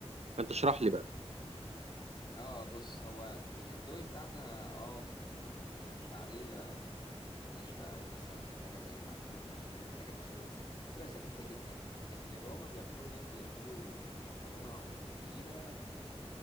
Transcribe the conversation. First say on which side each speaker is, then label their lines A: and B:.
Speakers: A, on the right; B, on the left.
A: فأنت اشرح لي بقى
B: اه بص هو الاندومي بتاعنا اه ممكن يكون شعرية ناشفة او مثلا حاجة زي معكرونة ناشفة كده حاجة نشوية بس تبقى خفيفة جدا لكن اللي هما بيعملوه هناك بيعملوا بمكرونة وتكون تقيلة